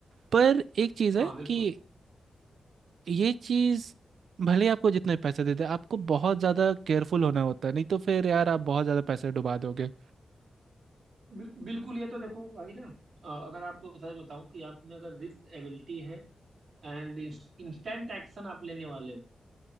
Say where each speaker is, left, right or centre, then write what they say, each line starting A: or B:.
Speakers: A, on the right; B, on the right.
A: पर एक चीज़
B: हाँ
A: है
B: बिल्कुल
A: कि ये चीज़ भले ही आपको जितने पैसे दे दे आपको बहुत ज़्यादा केयरफुल होना होता है नहीं तो फिर यार आप बहुत ज़्यादा पैसे डुबा दोगे
B: बिल, बिल्कुल ये तो देखो भाई ना अ, अगर आपको सच बताऊं कि आप में अगर रिस्क एबिलिटी है एंड इंस्टेंट एक्शन आप लेने वाले हो